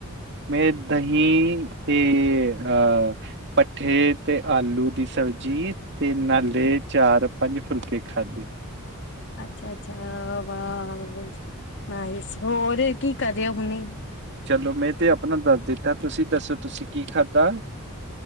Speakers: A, on the right; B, on the left.
A: ਮੈਂ ਦਹੀਂ ਤੇ ਅਹ ਪੱਠੇ ਤੇ, ਆਲੂ ਦੀ ਸਬਜ਼ੀ, ਤੇ ਨਾਲੇ ਚਾਰ ਪੰਜ ਫੁਲਕੇ ਖਾਧੇ।
B: ਅੱਛਾ ਅੱਛਾ, ਵਾਹ, ਨਾਇਸ, ਹੋਰ ਕੀ ਕਰ ਰਹੇ ਹੋ ਹੁਣੇ।
A: ਚਲੋ ਮੈਂ ਤੇ ਆਪਣਾ ਦੱਸ ਦਿੱਤਾ, ਤੁਸੀਂ ਦੱਸੋ ਤੁਸੀਂ ਕੀ ਖਾਧਾ।